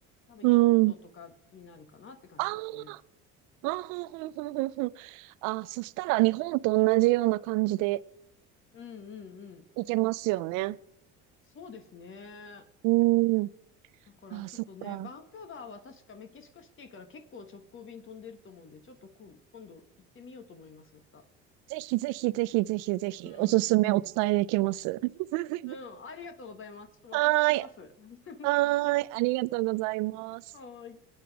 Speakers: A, on the left (about 40°); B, on the right (about 70°).
A: 多分4度とかになるかなって感じですね。
B: うん。ああー、ふんふんふんふんふん。あー、そしたら日本と同じような感じで
A: うんうんうん。
B: いけますよね。
A: そうですね。
B: うーん。
A: だからちょっとね、
B: あー、そっか。
A: バンクーバーは確かメキシコシティから結構直行便飛んでると思うんで、ちょっと今今度行ってみようと思います、また。
B: ぜひぜひぜひぜひぜひ、
A: うん。
B: おすすめお伝えできます。<laughs>
A: うん、ありがとうございます。ちょっとまた聞きます。
B: はーい。
A: <laughs>
B: はーい。ありがとうございます。
A: はーい。